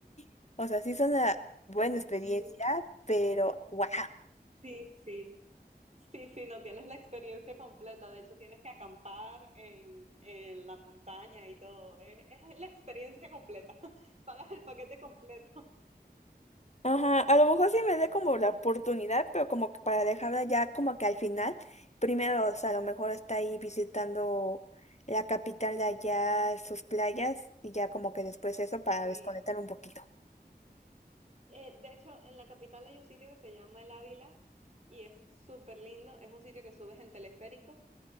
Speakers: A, on the left; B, on the right.
A: <gasps> o sea, sí es una buena experiencia,
B: Mm,
A: pero wow.
B: Sí, sí. Sí, sí, no tienes la experiencia completa. De hecho, tienes que acampar en, en la montaña y todo. Es, es la experiencia completa. <laughs> Pagas el paquete completo.
A: Ajá, a lo mejor sí me dé como la oportunidad, pero como que para dejarla ya como que al final, primero, o sea, a lo mejor está ahí visitando la capital de allá, sus playas, y ya como que después eso para
B: Sí.
A: desconectar un poquito.
B: Eh, de hecho, en la capital hay un sitio que se llama El Ávila y es súper lindo. Es un sitio que subes en teleférico